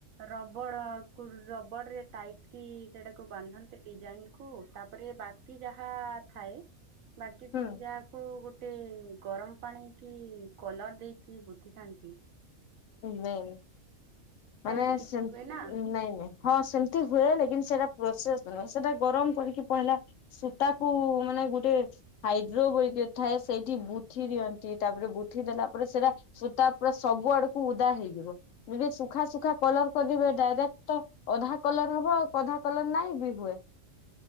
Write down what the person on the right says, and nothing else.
ରବଡକୁ, ରବଡ ରେ ଟାଇଟ କି ସେଟାକୁ ବାନ୍ଧନ୍ତି ଡିଜାଇନ୍ କୁ ତାପରେ ବା ବାକି ଯାହା ଥାଏ ବାକି
ଯାହାକୁ ଗ ସେ ଗରମ ପାଣି କି କଲର୍ ଦେଇକି ଗୁତିଥାନ୍ତି।
ସେମିତି
କିଛି
ହୁଏ ନା
ହଁ